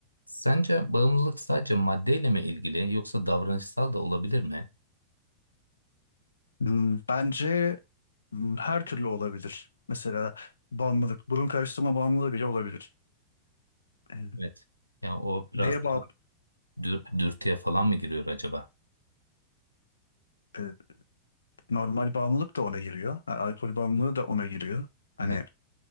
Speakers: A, on the right; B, on the left.
A: Sence bağımlılık sadece maddeyle mi ilgili yoksa davranışsal da olabilir mi?
B: Hmm, Bence hmm, her türlü olabilir. Mesela bağımlılık, burun karıştırma bağımlılığı bile olabilir. E,
A: Evet. Yani o biraz
B: Neye
A: daha
B: bağlı?
A: dür- dürtüye falan mı giriyor acaba?
B: e, Normal bağımlılık da ona giriyor. Ha, Alkol bağımlılığı da ona giriyor. Hani
A: Evet.